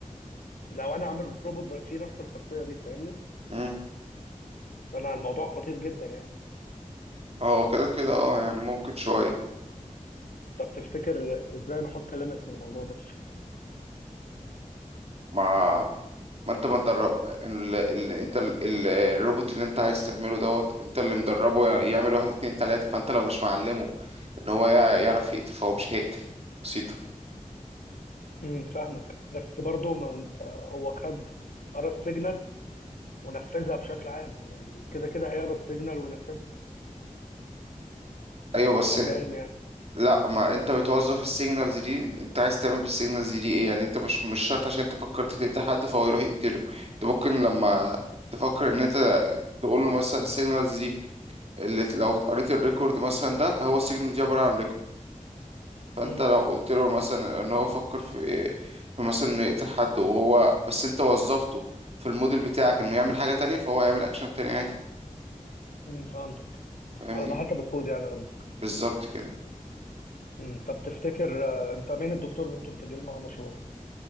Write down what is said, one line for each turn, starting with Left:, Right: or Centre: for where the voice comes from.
Left: لو انا عامل روبوت بقى فيه نفس الخاصيه دي فاهمني
Right: امم
Left: فانا الموضوع خطير جدا يعني
Right: هو كده كده اه يعني ممكن شوية
Left: طب تفتكر ازاي نحط ليميت للموضوع ده
Right: ما ما انت ما تدرب ال... ال... انت ال... ال... الروبوت اللي انت عايز تعمله دوت انت اللي مدربه يع- يعمل واحد اتنين تلاتة فانت لو مش معلمه ان هو يع- يعرف يقتل فهو مش هيقتل بسيطة
Left: امم فاهمك بس برضو ما انت هو خد قرا السيجنال ونفذها بشكل عام يعني كده كده هيقرا السيجنال وينفذها
Right: ايوه
Left: على
Right: بس
Left: حد علمي يعني
Right: لا ما انت بتوظف السيجنالز دي انت عايز تعمل بالسيجنالز دي ايه يعني انت مش مش شرط عشان انت فكرت تقتل حد فهو يروح يقتله انت ممكن لما تفكر ان انت تقول له مثلا السيجنالز دي اللي لو قريت الريكورد مثلا ده هو السيجنالز دي عباره عن ريكورد فانت
Left: امم
Right: لو قلت له مثلا ان هو فكر في في مثلا انه يقتل حد وهو بس انت وظفته في الموديل بتاعك انه يعمل حاجه تانية فهو هيعمل اكشن تاني عادي
Left: امم فهمتك
Right: فاهمني
Left: على حسب الكود يعني قصدي
Right: بالظبط كده
Left: امم طب تفتكر آه، انت مين الدكتور اللي انتوا بتسجلوا معاه المشروع؟